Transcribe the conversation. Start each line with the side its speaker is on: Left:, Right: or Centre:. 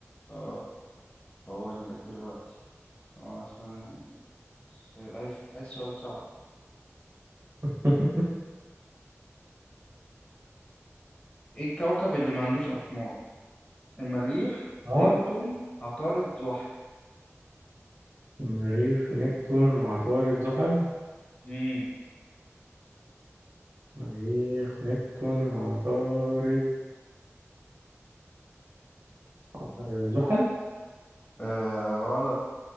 Left: اه بقول لك دلوقتي اه س- س- عايز عايز سؤال صعب
Right: <laughs>
Left: ايه الكوكب اللي ما عندوش اقمار المريخ
Right: مار
Left: نبتون عطارد زحل
Right: مريخ نبتون عطارد زحل
Left: امم
Right: مريخ نبتون عطارد آه، زحل
Left: آه